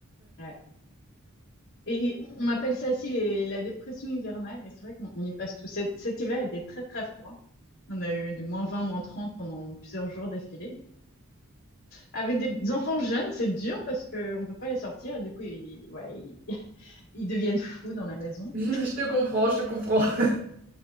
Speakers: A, on the left (about 75°); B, on the right (about 45°).
A: Ouais. Et, et on appelle ça aussi les- la dépression hivernale. Et c'est vrai qu'on on y passe tout. Cet, cet hiver était très, très froid. On a eu du moins 20, moins 30 pendant plusieurs jours d'affilée. Avec des enfants jeunes, c'est dur parce qu'on ne peut pas les sortir. Et du coup, ils, voilà, ils, <laughs> ils deviennent fous dans la maison.
B: <laughs> Je te comprends, je te comprends. <laughs>